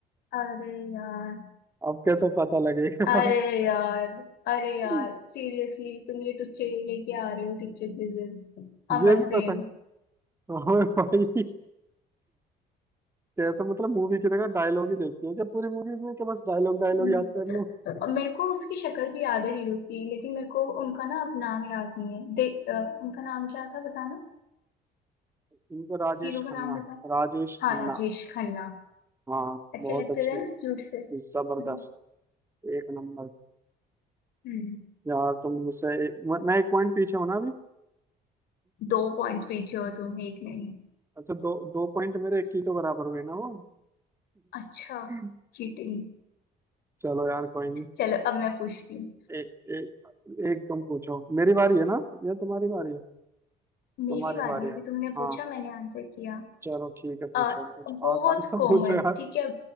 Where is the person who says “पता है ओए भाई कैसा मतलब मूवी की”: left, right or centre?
Right